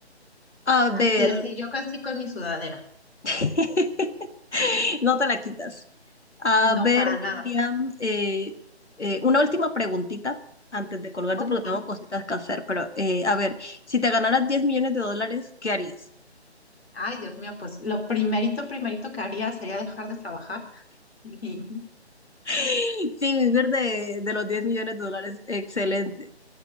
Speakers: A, on the left; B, on the left.
A: A ver,
B: Así, así, yo casi con mi sudadera,
A: <laughs> No te la quitas. A
B: no
A: ver,
B: para nada.
A: Miriam, eh, eh, una última preguntita antes de colgarte
B: Ok.
A: porque tengo cositas que hacer, pero eh, a ver, si te ganaras 10 millones de dólares, ¿qué harías?
B: Ay, Dios mío, pues lo primerito, primerito que haría sería dejar de trabajar. Y-
A: <laughs> Sí, vivir de, de los 10 millones de dólares, excelente.